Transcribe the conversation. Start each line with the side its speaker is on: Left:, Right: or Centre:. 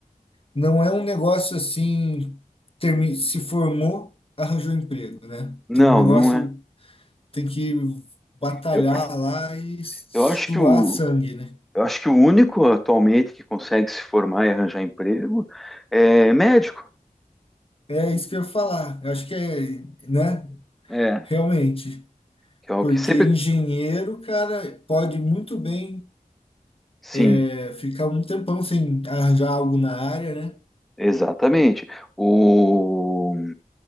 Left: não é um negócio assim, termi, se formou, arranjou emprego, né?
Centre: Não,
Left: Então o negócio
Centre: não é.
Left: tem que batalhar
Centre: Eu,
Left: lá e suar
Centre: eu acho que o
Left: sangue, né?
Centre: Eu acho que o único atualmente que consegue se formar e arranjar emprego é médico,
Left: É isso que eu ia falar. Eu acho que é, né?
Centre: É,
Left: Realmente.
Centre: que é o
Left: Porque
Centre: que sempre.
Left: engenheiro, cara, pode muito bem
Centre: Sim,
Left: é, ficar um tempão sem arranjar algo na área, né?
Centre: exatamente. O